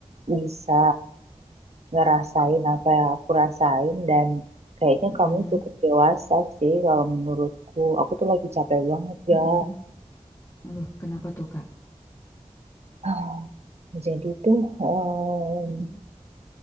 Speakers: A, on the right; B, on the left.
A: bisa ngerasain apa yang aku rasain dan kayaknya
B: Mm-mm.
A: kamu cukup dewasa sih kalau menurutku. Aku tuh lagi capek banget gak.
B: Mm-mm. Aduh, kenapa tuh kak?
A: <sighs> Jadi tuh, em,
B: Mm-mm.